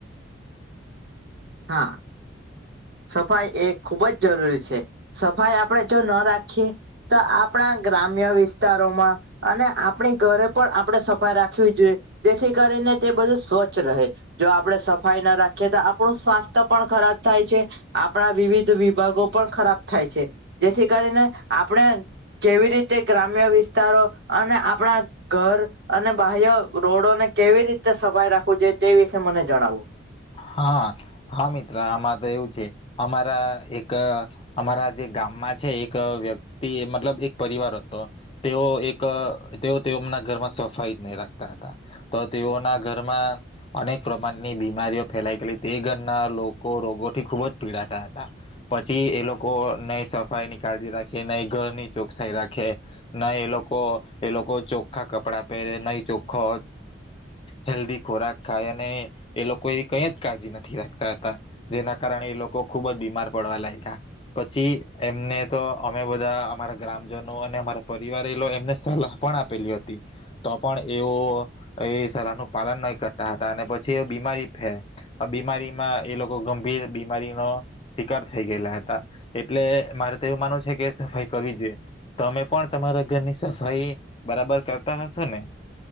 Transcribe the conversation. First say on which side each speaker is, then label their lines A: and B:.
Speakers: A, on the right; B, on the left.
A: હા. સફાઈ એ ખુબ જ જરૂરી છે. સફાઈ આપણે જો ન રાખીએ તો આપણા ગ્રામ્ય વિસ્તારોમાં અને આપણી ઘરે પણ આપણે સફાઈ રાખવી જોઈએ, જેથી કરીને તે બધું સ્વચ્છ રહે જો આપણે સફાઈ ના રાખીએ તો આપણું સ્વાસ્થ્ય પણ ખરાબ થાય છે. આપણા વિવિધ વિભાગો પણ ખરાબ થાય છે જેથી કરીને આપણે કેવી રીતે ગ્રામ્ય વિસ્તારો અને આપણા ઘર અને બાહ્ય રોડોને કેવી રીતે સફાઈ રાખવું જોઈએ તે વિષ મને જણાવું.
B: હા હા મિત્ર આમારે તો એવું છે, અમારા એક અમારા જે ગામમાં છે, એક વ્યક્તિ મતલબ એક પરિવાર હતો તેઓ એક તેઓ તેઓના ઘરમાં સફાઈ જ નહીં રાખતા હતા તો તેઓના ઘરમાં અનેક પ્રમાણની બીમારીઓ. ફેલાય ગયેલી તે ઘરના લોકો રોગોથી ખૂબ જ પીડાતા હતા, પછી એ લોકો નહી સફાઈની કાળજી રાખે નહી, ઘરની ચોખસાઈ રાખે, ન એ લોકો એ લોકો ચોખ્ખા કપડાં પહેરે ન ચોખ્ખો હેલ્ધી ખોરાક ખાય અને એ લોકોએ કઈ જ કાળજી નથી રાખતા હતા જેના કારણે એ લોકો ખુબ જ બીમાર પડવા લાગ્યા, પછી એમને તો અમે બધા અમારા ગ્રામજનો અને અમારા પરિવારે લો એમને સલાહ પણ આપેલી હતી, તો પણ એઓ એ સલાહનું પાલન નહી કરતા હતા અને પછી એ બીમારી. હે આ બીમારીમાં એ લોકો ગંભીર બીમારીનો શિકાર થઈ ગયેલા હતા, એટલે મારે તો એવું માનુંવું છે કે સફાઈ કરવી જોઈએ તમે પણ તમારા ઘરની સફાઈ બરાબર કરતા હશો ને.